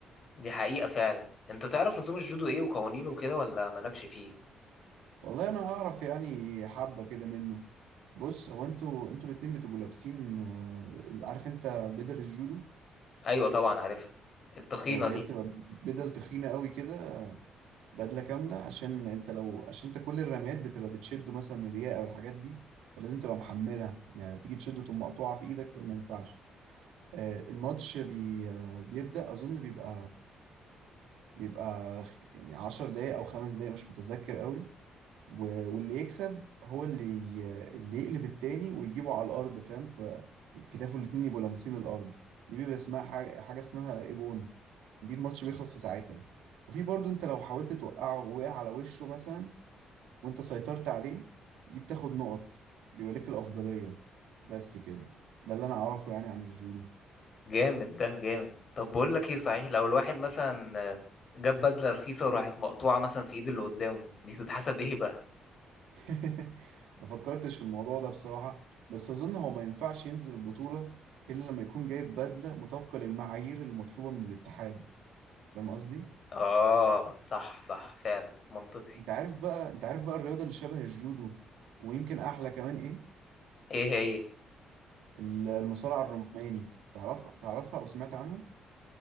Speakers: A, on the left; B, on the right.
A: دي حقيقة فعلا انت تعرف نظام الجودو ايه وقوانينه وكده ولا مالكش فيه
B: والله انا اعرف يعني حبة كده منه بص هو انتوا انتوا الاتنين بتبقوا لابسين آه، عارف انت بدل الجودو
A: ايوه طبعا عارفها التخينة
B: ايوه اللي
A: دي
B: هي بتبقى بدل تخينه قوي كده بدله كامله عشان انت لو عشان انت كل الرميات بتبقى بتشده مثلا من الرياء او الحاجات دي فلازم تبقى محملها يعني تيجي تشده تقوم مقطوعه في ايدك ما ينفعش آه، الماتش بي آه، بيبدأ أظن بيبقى بيبقى خ- يعني 10 دقايق أو خمس دقايق مش متذكر قوي و- واللي يكسب هو اللي ي- اللي يقلب التاني ويجيبه على الأرض فاهم فكتافه الاتنين يبقوا لامسين الأرض دي بيبقى اسمها حاجة, حاجة اسمها إيبون دي الماتش بيخلص في ساعتها وفي برضو انت لو حاولت توقعه ووقع على وشه مثلا وانت سيطرت عليه دي بتاخد نقط بيبقى لك الأفضلية بس كده ده اللي أنا أعرفه يعني عن الجودو
A: جامد ده جامد طب بقول لك ايه صحيح لو الواحد مثلا آه، جاب بدلة رخيصة وراحت مقطوعة مثلا في ايد اللي قدامه دي تتحسب ايه بقى
B: <laughs> ما فكرتش في الموضوع ده بصراحة بس أظن هو ما ينفعش ينزل البطولة إلا لما يكون جايب بدلة مطابقة للمعايير المطلوبة من الاتحاد فاهم قصدي؟
A: اه صح صح فعلا منطقي
B: أنت عارف بقى أنت عارف بقى الرياضة اللي شبه الجودو ويمكن أحلى كمان إيه؟
A: ايه هي
B: ال- المصارعة الروماني تعرفها تعرفها أو سمعت عنها؟